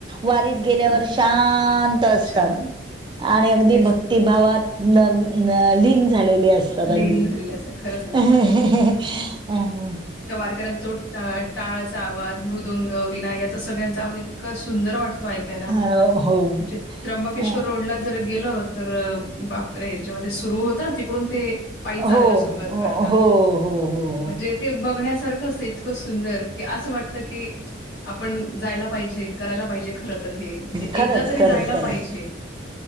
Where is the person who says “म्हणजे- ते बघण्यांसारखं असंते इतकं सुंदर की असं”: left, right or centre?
Left